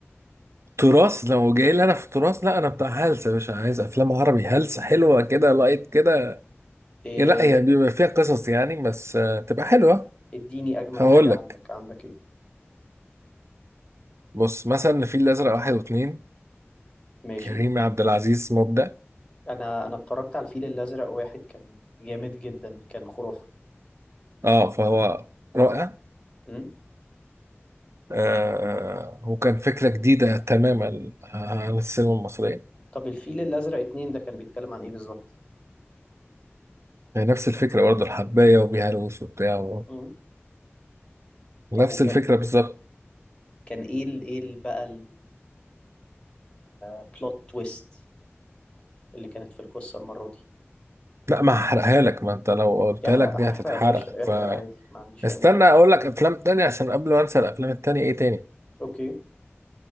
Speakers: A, on the right; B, on the left.
A: تراث لو جاي لي انا في تراث لا انا بتاع هلسه مش عايز افلام عربي هلسه حلوه كده لايت كده
B: إيه
A: لا هي بيبقى فيها قصص يعني بس آه، تبقى حلوه
B: اديني اجمد
A: هقول
B: حاجة
A: لك
B: عندك عندك ايه
A: بص مثلا الفيل الازرق واحد واثنين
B: ماشي
A: كريم عبد العزيز مبدع
B: انا انا اتفرجت على الفيل الازرق واحد كان جامد جدا كان خرافة
A: اه فهو رائع
B: أمم.
A: آه وكان فكره جديده تماما عن السينما المصريه
B: طب الفيل الازرق اتنين ده كان بيتكلم عن ايه بالظبط
A: يعني نفس الفكره برضه الحبايه وبيها الوس وبتاع
B: أمم. طب
A: نفس
B: وكان
A: الفكرة بالظبط
B: كان ايه ال ايه ال- بقى البلوت تويست اللي كانت في القصة المرة دي
A: لا ما هحرقها لك ما انت لو قلتها
B: يحرق
A: لك دي
B: هحرق
A: هتتحرق
B: يا باشا احرق عادي ما
A: فاستنى
B: عنديش أي مشاكل
A: اقول لك افلام تانية عشان قبل ما انسى الافلام التانية ايه تاني
B: أوكي